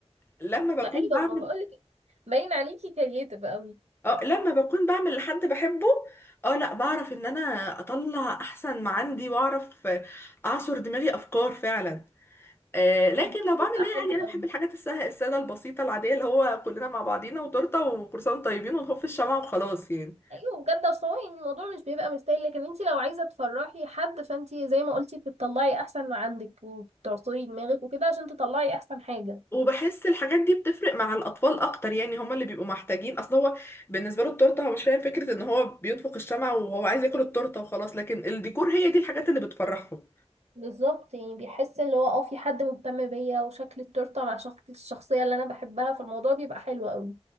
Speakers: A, on the left; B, on the right.
A: لما بكون
B: فايوه
A: بعمل
B: ما بقولك باين عليكي كرييتيف قوي
A: اه لما بكون بعمل لحد بحبه اه لا بعرف ان انا اطلع احسن ما عندي واعرف اعصر دماغي افكار فعلا آه، لكن
B: الموضوع
A: لو بعمل
B: بيبقى
A: ايه
B: حلو
A: عادي انا بحب
B: قوي
A: الحاجات السهله الساده البسيطه العاديه اللي هو كلنا مع بعضينا وتورته وكروسان طيبين ونخف في الشمعة وخلاص يعني
B: ايوه بجد اصل هو يعني الموضوع مش بيبقى مستاهل لكن انت لو عايزة تفرحي حد فانت زي ما قلتي بتطلعي احسن ما عندك وبتعصري دماغك وكده عشان تطلعي احسن حاجة
A: وبحس الحاجات دي بتفرق مع الاطفال اكتر يعني هما اللي بيبقوا محتاجين اصل هو بالنسبه له التورته هو مش فاهم فكره ان هو بينفخ الشمعة وهو عايز ياكل التورته وخلاص لكن الديكور هي دي الحاجات اللي بتفرحهم
B: بالظبط يعني بيحس اللي هو اه في حد مهتم بيا وشكل التورته مع شخص الشخصيه اللي انا بحبها فالموضوع بيبقى حلو قوي